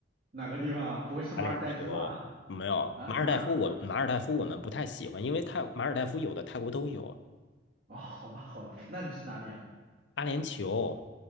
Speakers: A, on the right (about 55°); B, on the left (about 70°).
A: 哪个地方？不会是马尔代夫吧？
B: 打脸球。没有，
A: 啊，
B: 马尔代夫我马尔代夫我们不太喜欢，
A: 哪儿？
B: 因为泰马尔代夫有的泰国都有
A: 哦，好吧，好吧，那你是哪里啊？
B: 阿联酋。